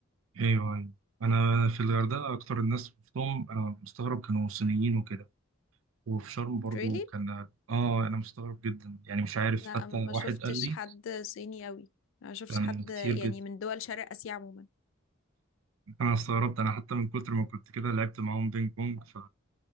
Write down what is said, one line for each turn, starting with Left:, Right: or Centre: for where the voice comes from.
Right: ايوه ايوه انا في الغردقه اكتر الناس شفتهم انا مستغرب كانوا صينيين وكده وفي شرم برضو
Left: really
Right: كان اه انا مستغرب جدا يعني مش عارف
Left: لا
Right: حتى
Left: ما
Right: واحد
Left: شفتش
Right: قال لي
Left: حد صيني قوي ما شفتش
Right: كان
Left: حد
Right: كتير
Left: يعني
Right: جدا
Left: من دول شرق آسيا عموما
Right: انا استغربت انا حتى من كتر ما كنت كده لعبت معاهم بينج بونج ف